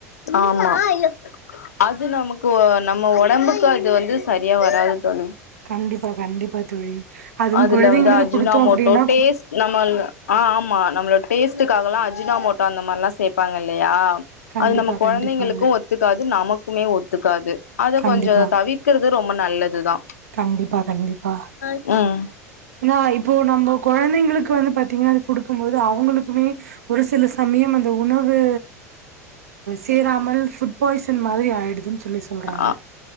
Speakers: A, on the left (about 70°); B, on the right (about 70°).
A: ஆமா <unintelligible> அது நமக்கு இப்ப நம்ம உடம்புக்கு அது வந்து சரியா வராது தோழி
B: கண்டிப்பா கண்டிப்பா தோழி அதுவு
A: அதுல
B: குழந்தைங்களுக்கு
A: வந்து அஜினாமோட்டோ
B: குடுத்தோ அப்டின்னா
A: டேஸ்ட் நம்ம ஆ ஆமா நம்மளோ டேஸ்ட்டுக்காகல்லா அஜினா மோட்டோ அந்த மாதிரில்லா சேப்பாங்க இல்லயா
B: கண்டிப்பா
A: அது நம குழந்தைங்களுக்கு
B: கண்டிப்பாங்க
A: ஒத் ஒத்துக்காது நமக்குமே ஒத்துக்காது அத
B: கண்டிப்பா
A: கொஞ்சோ தவிர்க்கறது ரொம்ப நல்லதுதா
B: கண்டிபா கண்டிபா
A: ம்
B: என்னா இப்ப நம்ம குழந் புள்ளைகளுக்கு வந்து பாத்தீங்கன்னா கொடுக்குபோது அவங்களுக்குமே ஒரு சில சமய வந் இந்த உணவு சேராம ஃபுட் பாய்ச மாரி ஆயிடுதுன்னு சொல்லி சொல்றாங்க
A: ஆ